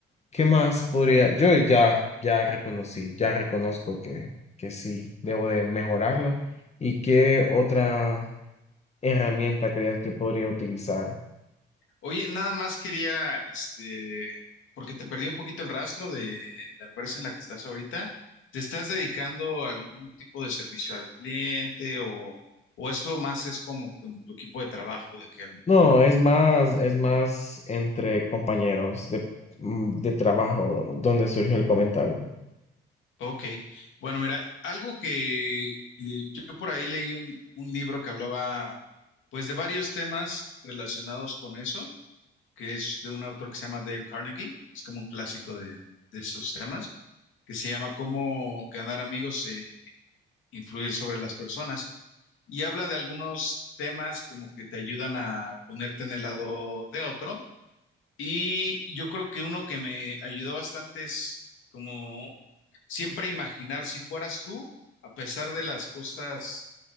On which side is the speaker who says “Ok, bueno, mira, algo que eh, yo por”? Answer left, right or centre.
Left